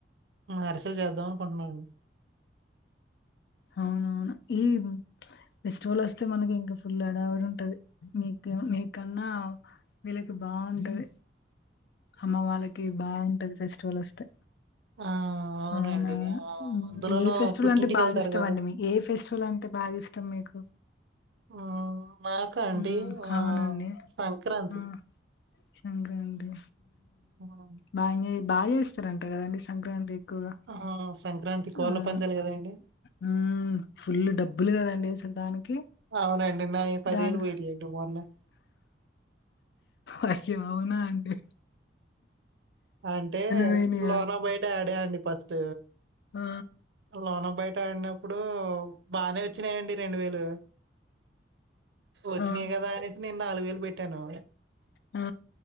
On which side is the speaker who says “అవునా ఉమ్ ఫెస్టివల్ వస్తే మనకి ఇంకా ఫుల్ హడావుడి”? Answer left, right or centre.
Left